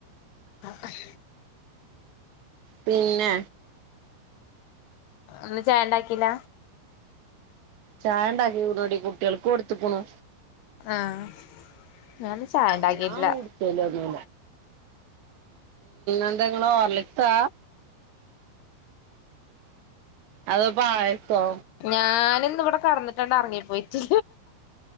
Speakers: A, on the left; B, on the right.
A: ആഹ്
B: പിന്നെ
A: ഇന്ന് ചായേണ്ടാക്കീല
B: ചായ ണ്ടാക്കിഉള്ളെടി കുട്ടികൾക്ക് കൊടുത്ത് ക്കണു
A: ആഹ് ഞാനിന്ന്‌ ചായേണ്ടാക്കിട്ടില്ല
B: ആ <unintelligible> ഉം ഇന്ന് എന്താ നിങ്ങള് ഹോർലിക്സാ അതോ പായസോ
A: ഞാന നിന്നിവിടെ കെടന്നിട്ടണ്ട് റങ്ങി പോയിട്ട്